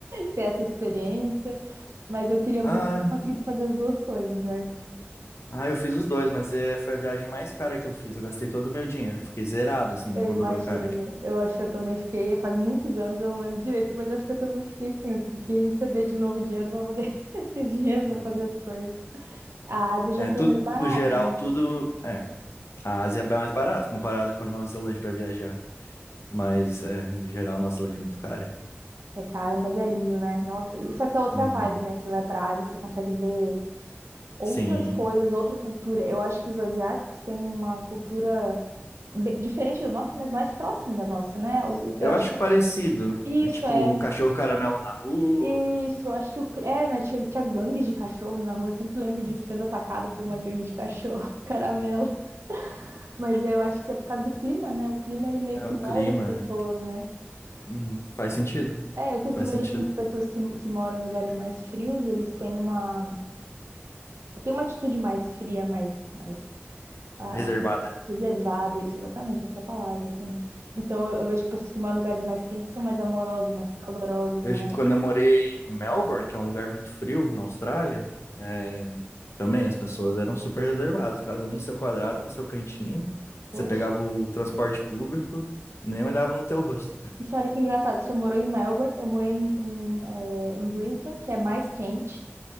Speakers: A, on the right (about 80°); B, on the left (about 80°).
A: ter essa experiência, mas eu queria
B: Ah,
A: muito ter conseguido fazer as duas coisas, né?
B: ah, eu fiz os dois, mas é, foi a viagem mais cara que eu fiz. Eu gastei todo o meu dinheiro, Eu fiquei zerado, assim, minha
A: Eu
B: conta
A: imagino.
B: bancária.
A: Eu acho que eu também fiquei, faz muitos anos, eu não lembro direito, mas acho que eu também fiquei assim, eu tive que receber de novo dinheiro para poder <laughs> ter dinheiro para
B: É,
A: fazer as coisas. A Ásia já
B: é
A: foi
B: tudo,
A: mais barato,
B: no geral,
A: né?
B: tudo. É, a Ásia é mais barata comparada com a Nova Zelândia pra viajar. Mas, é, no geral, a Nova Zelândia é muito cara.
A: É caro, mas é lindo, né? Nossa, e- só que é outra
B: Uhum.
A: vibe, né? Você vai pra Ásia, você consegue ver outras
B: Sim.
A: coisas, outra cultura. Eu acho que os asiáticos têm uma cultura be- diferente da nossa, mas mais próxima da nossa, né? O- o-
B: Eu
A: Eu acho
B: acho
A: que o-
B: parecido.
A: isso
B: É tipo
A: é.
B: o cachorro caramelo na rua,
A: Isso, acho que o, é, né? Tinha, tinha gangue de cachorro na rua. eu Sempre lembro disso sendo atacado por uma gangue de cachorro, <laughs> caramelo. Mas eu acho que é por causa do clima, né? O clima ele meio
B: é
A: que
B: o
A: molda
B: clima.
A: as pessoas,
B: é.
A: né?
B: Hum, faz sentido.
A: É, eu sempre
B: Faz
A: vejo
B: sentido.
A: assim que pessoas que, que moram em lugares mais frios, eles têm uma, têm uma atitude mais fria, mais, mais ah,
B: Reservada.
A: reservada, isso exatamente, essa é a palavra, assim. Então eu, eu vejo que pessoas que moram em lugares mais quentes são mais amorosos, mais calorosos,
B: Eu-
A: né?
B: quando eu morei em Melbourne, que é um lugar muito frio na Austrália, é, também as pessoas eram super reservadas, cada um no seu quadrado, no seu cantinho.
A: Poxa.
B: Você pegava o transporte público, nem olhava no teu rosto.
A: Isso, olha que engraçado. Você morou em Melbourne, eu morei em, em, eh, em Brisbane, que é mais quente.